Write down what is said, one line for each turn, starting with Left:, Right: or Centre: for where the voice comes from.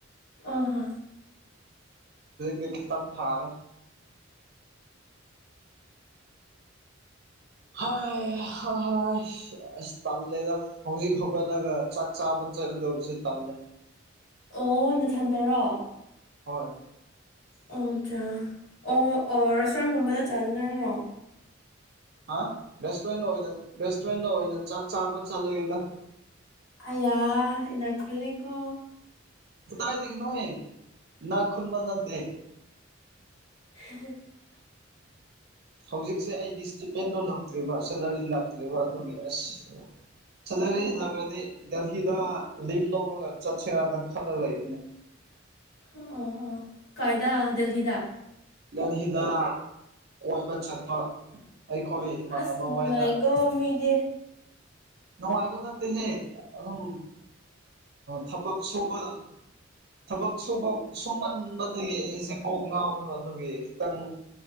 Left: ꯑ ꯍꯣ
Right: ꯑꯗꯨꯇꯅ ꯐꯥꯔꯦ <inaudible> ꯍꯁ ꯇꯥꯜ ꯂꯩꯗ ꯍꯧꯖꯤꯛ ꯍꯧꯒꯂꯒ ꯆꯥꯛ ꯆꯥꯕ ꯆ ꯗꯣ ꯄꯁꯦ ꯇꯂꯦ
Left: ꯑꯣ ꯅꯊꯟꯗꯔꯣ
Right: ꯍꯣꯏ
Left: ꯑꯣ ꯑꯆꯥꯥ ꯑꯣ ꯑꯣ ꯔꯁꯟꯒꯨꯝꯕꯗ ꯆꯥꯅꯤꯡꯉꯥꯏꯔꯣ
Right: ꯍꯥ ꯔꯦꯁꯇꯨꯔꯦꯟ ꯑꯣꯏꯅ ꯔꯦꯁꯇꯨꯔꯦꯟꯗ ꯑꯣꯏꯅ ꯆꯥꯛ ꯆꯥꯕ ꯆꯂꯒꯦꯗ
Left: ꯑꯌꯥ ꯈꯜꯂꯦꯀꯣ
Right: ꯇꯥꯏ ꯀ ꯅꯦ ꯅꯥ ꯈꯨꯨꯟꯕ ꯅꯠꯇꯦ
Left: <inaudible>
Right: ꯍꯧꯖꯤꯛꯁꯦ ꯑꯩꯒꯤ ꯏꯁꯇꯤꯐꯦꯟꯗꯣ ꯂꯥꯛꯇ꯭ꯔꯤꯕ ꯁꯦꯂꯔꯤ ꯂꯥꯛꯇ꯭ꯔꯤꯕ ꯑꯗꯨꯒꯤ ꯑꯁ ꯆꯠꯂ ꯏꯜꯂꯒꯗꯤ ꯗꯦꯜꯍꯤꯗ ꯂꯤꯚ ꯂꯧꯔꯒ ꯆꯠꯁꯦꯔꯥꯅ ꯈꯜꯂꯒ ꯂꯩꯕꯅꯦ <unintelligible>
Left: ꯑꯣ ꯑꯣ ꯀꯥꯏꯗꯥ ꯗꯦꯦꯜꯍꯤꯗ
Right: ꯌꯥ ꯍꯗ ꯀꯣꯏꯕ ꯆꯠꯄ ꯑꯩꯈꯣꯏ ꯏꯃꯥꯟꯅꯕ
Left: ꯑꯁ ꯅꯨꯡꯉꯥꯏꯀꯣ
Right: ꯋꯥꯏꯗ
Left: ꯃꯤꯗꯤ
Right: ꯅ ꯍꯥꯏꯒ ꯅꯠꯇꯦ ꯍꯦ ꯑꯗꯨꯝ ꯊꯕꯛ ꯁꯨꯕꯗ ꯊꯕꯛ ꯁꯨꯕ ꯁꯨꯝꯃꯟꯕꯗꯒꯤ ꯑꯩꯁꯦ ꯀꯣꯛ ꯉꯥꯎꯔꯤꯕ ꯑꯗꯨꯒꯤ ꯇꯪ